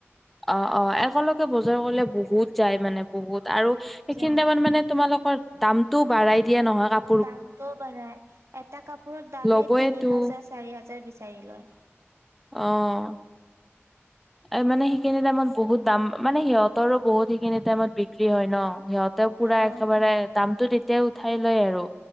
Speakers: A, in the centre; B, on the right.
A: অ', অ', একেলগে বজাৰ কৰিলে বহুত যায় মানে। বহুত আৰু
B: বহুত
A: সেইখিনি
B: যায়
A: টাইমত মানে তোমালোকৰ দামটো বাঢ়াই দিয়ে নহয় কাপ
B: দামটোও বাঢ়াই, এটা কাপোৰৰ দামে
A: ল'বয়েতো
B: তিনি হাজাৰ, চাৰি হাজাৰ বিচাৰি লয়।
A: অ'। এ মানে সেইখিনি টাইমত বহুত দাম মানে সিহঁতৰো বহুত সেইখিনি টাইমত বিক্ৰী হয় ন। সিহঁতেও পুৰা
B: অ
A: একেবাৰে দামটো তেতিয়াই উঠাই লয় আৰু।